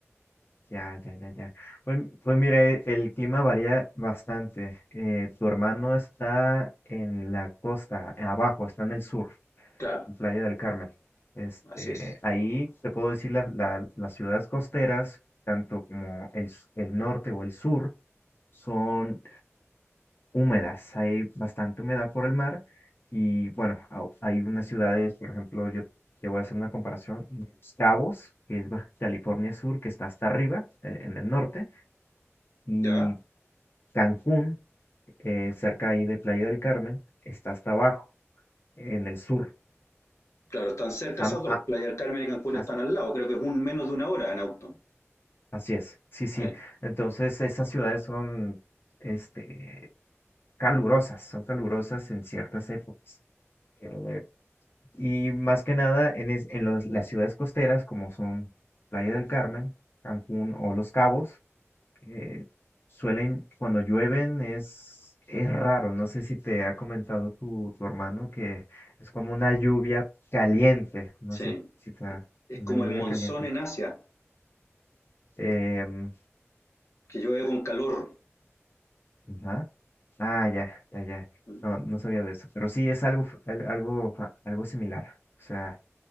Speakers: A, on the left; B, on the left.
A: Ya, ya, ya, ya. Pues, pues mira, e- el clima varía bastante. Eh, tu hermano está en la costa, eh, abajo, está en el sur,
B: Claro,
A: en Playa del Carmen. Este,
B: así es.
A: ahí te puedo decir la- la- las ciudades costeras, tanto como el, s- el norte o el sur, son húmedas. Hay bastante humedad por el mar. Y bueno, au- hay unas ciudades, por ejemplo, yo te voy a hacer una comparación de Los Cabos, que es Baja California Sur, que está hasta arriba, eh, en el norte y
B: ¿Ya?
A: Cancún, eh, cerca ahí de Playa del Carmen, está hasta abajo, en el sur.
B: Claro, están cerca
A: Am-
B: esas dos.
A: a-
B: Playa del Carmen y Cancún
A: as-
B: están al lado. Creo que es un menos de una hora en auto.
A: así es, sí, sí.
B: Sí,
A: Entonces esas ciudades son, este, calurosas, son calurosas en ciertas épocas. Eh, y más que nada en, es- en los- las ciudades costeras, como son Playa del Carmen, Cancún o Los Cabos, eh, suelen, cuando llueven es, es raro. No sé si te ha comentado tu, tu hermano que es como una lluvia caliente. No
B: sí.
A: sé si te ha-
B: Es
A: una
B: como
A: lluvia
B: el monzón
A: caliente.
B: en Asia,
A: Em,
B: que llueve con calor.
A: ajá. Ah, ya, ya, ya.
B: ¿Mm?
A: No, no sabía de eso. Pero sí es algo, f- al- algo, fa- algo similar. O sea,